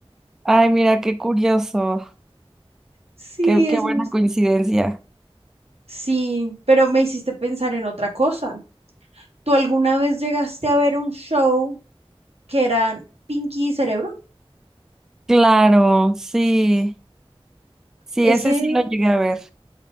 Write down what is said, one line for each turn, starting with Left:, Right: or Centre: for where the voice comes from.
Centre: Ay, mira, qué curioso,
Right: Sí,
Centre: qué, qué
Right: es
Centre: buena
Right: muy-
Centre: coincidencia.
Right: Sí, pero me hiciste pensar en otra cosa. ¿Tú alguna vez llegaste a ver un show que era Pinky y Cerebro?
Centre: Claro, sí, sí,
Right: Ese
Centre: ese sí lo llegué a ver.